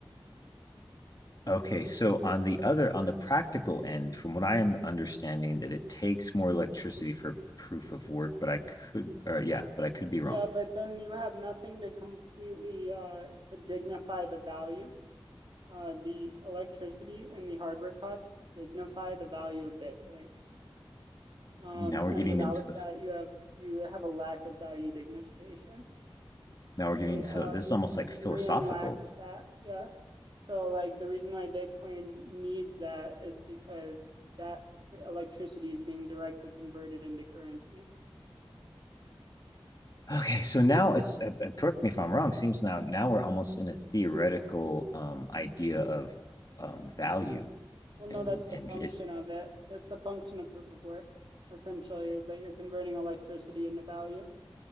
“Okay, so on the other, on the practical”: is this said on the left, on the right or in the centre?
Left